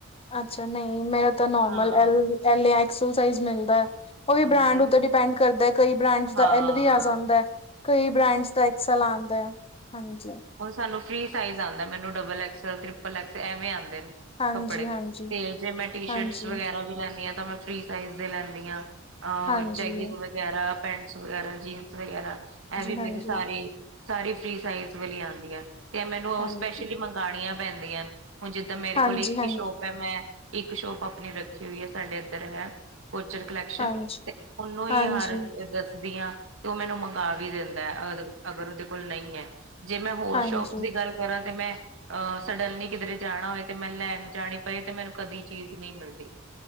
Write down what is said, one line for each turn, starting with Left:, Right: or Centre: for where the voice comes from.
Left: ਅੱਛਾ । ਨਹੀਂ। ਮੇਰਾ ਤਾਂ ਨੋਰਮਲ
Right: ਹਾਂ
Left: ਐਲ ਯਾ ਐਕਸਲ ਸਾਇਜ ਮਿਲਦਾ । ਉਹ ਵੀ
Right: ਨਹੀਂ
Left: ਬ੍ਰਾਂਡ ਉੱਤੇ ਡਿਪੈਂਡ ਕਰਦਾ। ਕਈ ਬ੍ਰਾਂਡ
Right: ਹਾਂ
Left: ਦਾ ਐਲ ਵੀ ਆ ਜਾਂਦਾ ਹੈ। ਕਈ ਬ੍ਰਾਂਡਸ ਦਾ ਐਕਸਲ ਆਉਂਦਾ ਹੈ । ਹਾਂਜੀ।
Right: ਹੁਣ ਸਾਨੂੰ ਫਰੀ ਸਾਇੰਸ ਆੰਦਾ । ਮੈਂਨੂੰ ਢਬਲ ਐਕਸਲ ਟਰਿਪਲ ਐਕਸਲ ਐਵੇ ਆਉਂਦੇ ਨੇ।
Left: ਹਾਂਜੀ,
Right: ਕਪੜੇ।
Left: ਹਾਂਜੀ,
Right: ਤੇ ਜੇ ਮੈਂ ਟੀ ਸ਼ਟ
Left: ਹਾਂਜੀ,
Right: ਵਗੈਰਾ ਵੀ ਲੈਂਦੀ ਆ, ਮੈਂ ਫਰੀ ਸਾਇੰਸ ਦੇ ਹੀ ਲੈਂਨੀ ਆ। ਅ
Left: ਹਾਂਜੀ,
Right: ਜੈਗਿੰਗ
Left: ਹਾਂਜੀ,
Right: ਵਗੈਰਾ, ਪੈਂਟਸ ਵਗੈਰਾ, ਜੀਨਸ ਵਗੈਰਾ ਇਹ ਵੀ
Left: ਹਾਂਜੀ।
Right: ਮੇਰੀ ਸਾਰੀ ਸਾਰੀ ਫਰੀ ਸਾਈਜ਼ ਵਾਲੀ ਆਉਂਦੀਆਂ, ਤੇ ਮੈਨੂੰ ਉਹ
Left: ਹਾਂਜੀ,
Right: ਸਪੈਸ਼ਲੀ ਮੰਗਉਣੀਆਂ ਪੈਂਦੀਆਂ ਹਣ ਜ ਮੇਰੇ
Left: ਹਾਂਜੀ,
Right: ਕੋਲ ਇੱਕ
Left: ਹਾਂਜੀ,
Right: ਹੀ ਸ਼ੋਪ ਹੈ, ਮੈਂ ਇੱਕ ਸ਼ੋਪ ਆਪਣੀ ਰੱਖੀ ਹੋਈ ਹੈ, ਸਾਡੇ ਇੱਧਰ ਹੈ। ਕੋਚਰ ਕਲੈਕਸ਼ਨ
Left: ਹਾਂਜੀ,
Right: ਤੇ ਉਹਨੂੰ ਹੀ
Left: ਹਾਂਜੀ,
Right: ਹਰ ਦੱਸਦੀ ਆ। ਤੇ ਓ ਮੈਨੂੰ ਮੰਗਵਾ ਵੀ ਦਿੰਦਾ ਏ ਅਗਰ ਉਹਦੇ ਕੋਲ ਨਹੀਂ ਹੈ ਜੇ ਮੈਂ ਹੋਰ
Left: ਹਾਂਜੀ।
Right: ਸ਼ੌਪ ਤੇ। ਕਰਾਂ ਤੇ ਮੈਂ <inaudible> ਅਵ ਸਡਨ ਕਿਧਰੇ ਜਾਣਾ ਹੋਏ ਤੇ ਮੈਂ ਲੈਣ ਜਾਣੀ ਪਵੇ ਤੇ ਮੈਨੂੰ ਕਦੀ ਚੀਜ਼ ਨਹੀਂ ਮਿਲਦੀ।